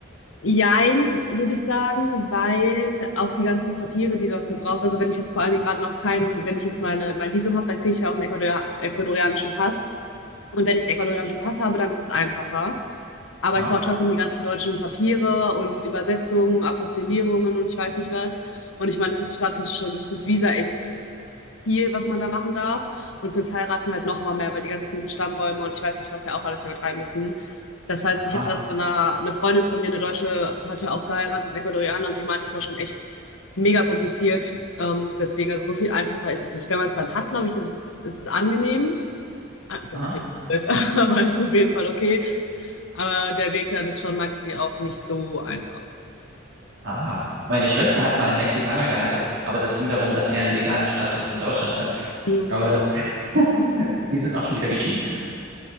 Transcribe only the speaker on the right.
Ah.
Aha,
aha,
aha. Meine Schwester hat mal einen Mexikaner geheiratet, aber das ging darum, dass er einen legalen Status in Deutschland hat.
Aber das, <laughs> die sind auch schon wieder geschieden.